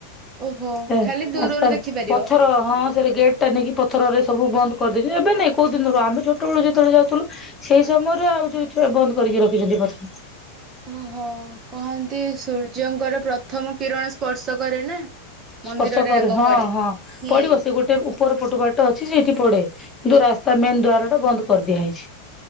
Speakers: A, on the right; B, on the left.
A: ଓହୋ
B: ରା
A: ଖାଲି ଦୂରରୁ ଦେଖିପାରିବ।
B: ପଥର ହଁ। ସେ ଗେଟ୍ ଟା ନେଇିକି ପଥରରେ ସବୁ ବନ୍ଦ କରିଦେଇଉଛି ଏବେ ନାଇଁ କୋଉ ଦିନରୁ ଆମେ ଛୋଟବେଳୁତବେଳେ ଯାଉଥିଲୁ। ସେଇ ସମୟରୁ ଆଉ ଯୋଉ ଛୁଆ ବନ୍ଦ କରିକି ରଖିଛନ୍ତି ପଛ।
A: ଓହୋ କହନ୍ତି ସୂର୍ଯ୍ୟଙ୍କର ପ୍ରଥମ କିରଣ ସ୍ପର୍ଶ କରେ ନା। ମନ୍ଦିରରେ
B: ସ୍ପର୍ଶ କରେ
A: ଆଗ
B: ହଁ
A: ପଡେ
B: ହଁ
A: ହୁଁ
B: ପଡିବ ସେ ଗୋଟେ। ଉପର ପଟୁ ବାାଟ ଅଛି ସେଇଠି ପଡେ କିନ୍ତୁ ରାସ୍ତା ମେନ ଦ୍ୱାର ଟା ବନ୍ଦ କରିଦିଆ ହୋଇଛି।